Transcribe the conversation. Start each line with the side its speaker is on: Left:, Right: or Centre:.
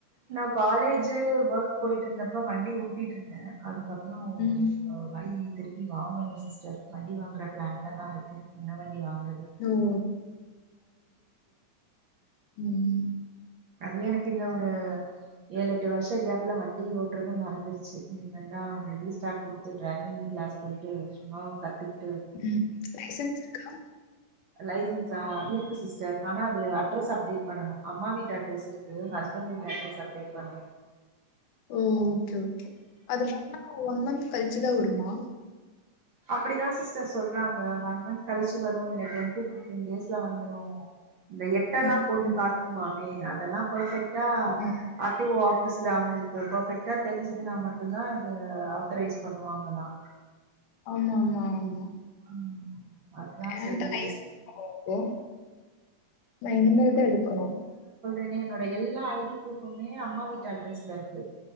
Right: நா காலேஜு ஒர்க் போயிட்டு இருந்தப்ப வண்டி ஓட்டிட்டு இருந்தே அதுக்கப் புறம்
Left: ம்
Right: இப்ப வ ண்டி திருப்பி வாங்கணு சிஸ்டர் வண்டி வாங்குற பிளான்ல தா இருக்க என்ன வண்டி வாங்க
Left: ஓ <unintelligible> உம்
Right: அதுவு எனக் இந்த ஒரு ஏழெட்டு வருஷ கேப்ல வண்டி ஓட்றது மறந்துருச்சு இனிமேல் தா ரீஸ்டார்ட் குடுத்து ட்ரைவிங் கிளாஸ் போயிட்டு சும்மா கத்து
Left: உம் லைசன்ஸ் இருக்கா
Right: லைசன்ஸா இருக்கு சிஸ்டர் ஆனா அது அட்ரஸ் அப்டேட் பண்ணனு அம்மா வீட் டு அட்ரஸ் இருக்கு ஹஸ்பண் வீட்டு அட்ரஸ் அப்டேட் பண்ணனு
Left: ஓ ஓகே ஓகே அது பன்னா ஒன் மந்த் கழிச்சுதா வருமா
Right: அப்படிதா சிஸ்டர் சொல்றாங்க ஒன் மந்த் கழிச்சு வரு இல்ல டென் டு ஃபிப்டீன் டேஸ்ல வந்துரு இந்த எட்டல்லா
Left: ம்.
Right: போட்டு
Left: ம்.
Right: காட்ணுமா <unintelligible> அதெல்லா பஃபெக்ட் டா
Left: ஆ
Right: ஆர் டி ஓ ஆஃபீ ஸ்ல அவுங்குளுக்கு பெஃபெக்டா தெரிஞ்சுதுனா மட்டுந்தா அது ஆத்தரைஸ் பண்ணுவாங்கல்லா
Left: ஆமா ஆமா ஆமா
Right: ம் அதுதா
Left: என்கிட்ட
Right: செரி
Left: லைசன்ஸ் கெடயாது நா இனிமேல் தா எடுக்கணு
Right: ஏன்னா என்னோட எல்லா ஐடி ப்ரூஃபுமே அம்மா வீட்டு அட்ரஸ்ல ருக்கு